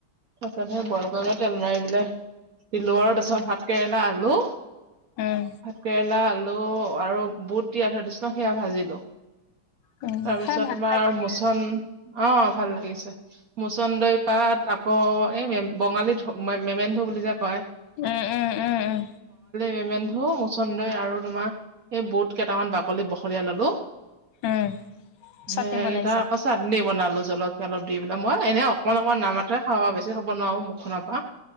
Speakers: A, on the right; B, on the left.
A: তাৰপাছত সে বইল কৰিবলৈ তেল মাৰি পেলাই দিলোঁ আৰু তাৰপিছত ভাত কেৰেলা আলু
B: উম।
A: ভাতকেৰেলা আলু আৰু বুট তিয়াই থৈ দিছিলোঁ সেয়া ভাজিলো।
B: উম,
A: তাৰপিছত
B: খাই ভাল
A: তোমাৰ
B: লাগে।
A: মোচন অ', ভাল লাগিছে মুচন্দৰি পাট আ আকৌ এই বঙালী ধ মেমেন্ধু বুলি যে কয়।
B: উম, উম, উম, উম।
A: মেমেন্ধো মুচন্দই আৰু তোমাৰ এই বুত কেইটামান বাকলি বখলিয়াই ললো।
B: উম। চাটনি
A: সেইকেইটা
B: বনাইছা?
A: আকৌ চাটনি বনালো। আৰু জলকীয়া অলপ দি পেলাই মই এনে অকণমান অকমান নাম মাত্ৰ হে খাও আৰু বেছি খাব নোৱাৰো মুখখনৰ পৰা।